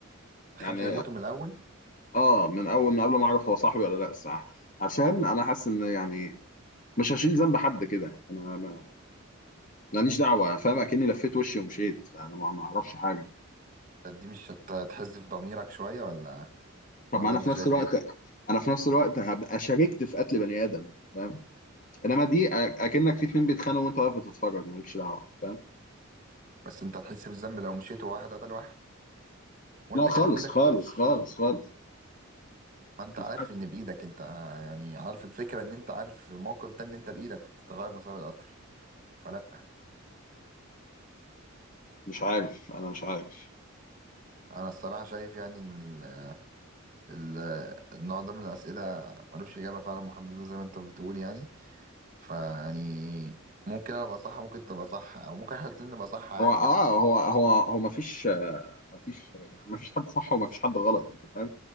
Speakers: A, on the right; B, on the left.
A: خمسه
B: يعني
A: يموتوا من الاول
B: اه من اول ما قبل ما اعرف هو صاحبي ولا لا الصراحه عشان انا حاسس ان يعني مش هشيل ذنب حد كده انا ما- ماليش دعوه انا فاهم اكني لفيت وشي ومشيت فانا ما ما اعرفش حاجه
A: طب دي مش هت- هتحز في ضميرك شويه ولا
B: طب
A: ولا
B: ما انا
A: انت
B: في
A: شايف
B: نفس الوقت
A: ايه
B: انا في نفس الوقت هبقى شاركت في قتل بني ادم فاهم انما دي أ- اكنك في اتنين بيتخانقوا وانت واقف بتتفرج مالكش دعوه فاهم
A: بس انت هتحس بالذنب لو مشيت وواحد قتل واحد وانت
B: لا خالص
A: كان في ايدك
B: خالص
A: تحوش
B: خالص خالص
A: ما انت
B: مش
A: عارف
B: حاسس-
A: ان بايدك انت يعني عارف الفكره ان انت عارف الموقف ده ان انت بايدك تغير مسار القطر فلا
B: مش عارف انا مش عارف
A: انا الصراحه شايف يعني ان ال- ال- النوع ده من الاسئله ملوش اجابه فعلا محدده زي ما انت بتقول يعني فيعني ممكن انا ابقى صح ممكن تبقى صح او ممكن احنا الاتنين نبقى صح عادي
B: هو اه
A: يعني
B: هو هو هو مفيش مفيش يعني مفيش حد صح ومفيش حد غلط انت فاهم